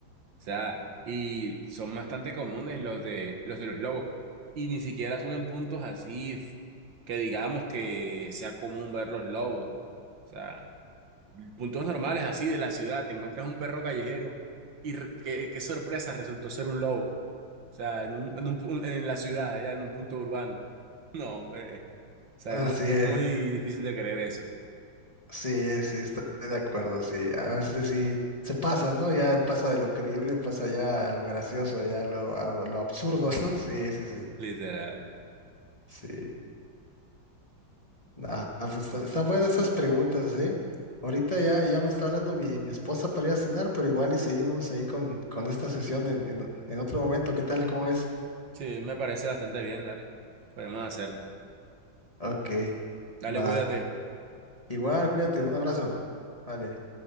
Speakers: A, on the right; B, on the left.
A: sea, y son bastante comunes los de los de los lobos. Y ni siquiera son en puntos así f- que digamos que sea común ver los lobos. O sea, puntos normales así de la ciudad, te encuentras un perro callejero y re- qué, qué sorpresa, resultó ser un lobo. O sea, en un, en un pu- en la ciudad, ya en un punto urbano. No, hombre, o sea,
B: así.
A: es muy, es muy difícil de creer eso,
B: Sí, sí, estoy de acuerdo, sí. A veces sí se pasa, ¿no? Ya pasa de lo creíble, pasa ya a lo gracioso, ya a lo, a lo absurdo, <laughs> ¿no? Sí, sí, sí.
A: literal.
B: Sí. Ah, pues está- están buenas esas preguntas, ¿eh? Ahorita ya, ya me está hablando mi, mi esposa para ir a cenar, pero igual y seguimos ahí con, con esta sesión en, en, en otro momento. ¿Qué tal? ¿Cómo ves?
A: Sí, me parece bastante bien, dale. Podemos hacerlo.
B: Ok,
A: Dale,
B: va.
A: cuídate.
B: Igual, cuídate, un abrazo. Vale.